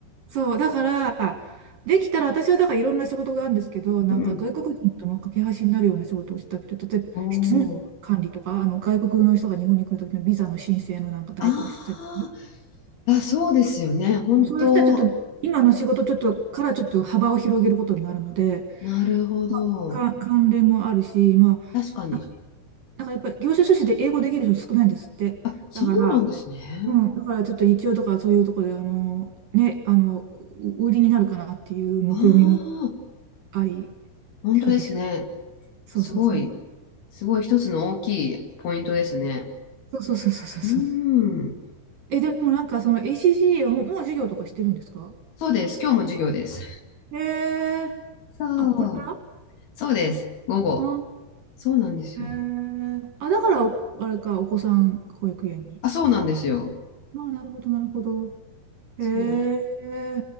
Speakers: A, on the right (about 55°); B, on the left (about 55°).
A: そう、だから、できたら私はだからいろんな仕事があるんですけど、なんか外国人との架け橋になるような仕事をしたくて、
B: うんうん。
A: 例えば出入国管理とか、
B: おお。
A: あの外国の人が日本に来るときのビザの申請のなんか代行をしたりとかね、
B: ああ、そうですよね。本当。
A: そういう人はちょっと今の仕事ちょっとからちょっと幅を広げることになるので、
B: なるほど。
A: まあ、か関連もあるし、まあ、
B: 確かに。
A: だからやっぱり業種書士で英語できる人少ないんですって。
B: あ、そうなんですね。
A: だから、うん、だからちょっと一応だからそういうところで、あの、ね、あの、う売りになるかなっていう目論見みも
B: ああ、
A: ありっ
B: 本当ですね。
A: て感じですかね。そうそうそう。
B: すごい、すごい一つの大きいポイントですね。
A: そうそうそうそうそうそう。
B: うーん。
A: え、でもなんかその ACCA はもうもう授業とかしてるんですか
B: そうです。今日も授業です。
A: へえ。
B: そう。
A: あ、これからあ
B: そうです。午後。
A: あ
B: そうなんですよ。
A: ー、へえ。あ、だから、あれか、お子さん保育園に。
B: あ、そうなんですよ。
A: まあ、なるほど、なるほど。
B: そう。
A: へえ。